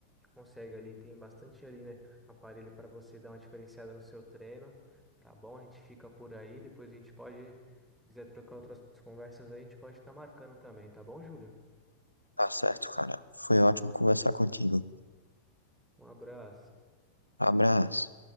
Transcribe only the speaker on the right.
Tá certo, cara. Foi ótimo conversar contigo.
Abraço.